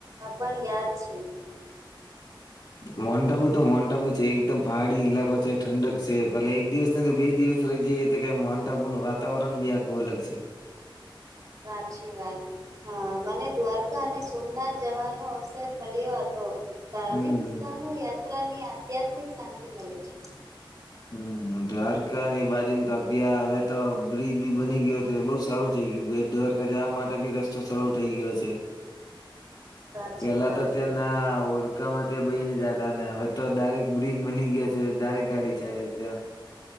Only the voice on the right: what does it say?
પણ યાદ છે.
સાચી વાત મને દ્વારકા અને સોમનાથ જવાનો અવસર મળ્યો હતો ધાર્મિક
સ્થાનો યાત્રાની આધ્યાત્મિક શાંતિ મળે છે.
સાચી
વાત
છે.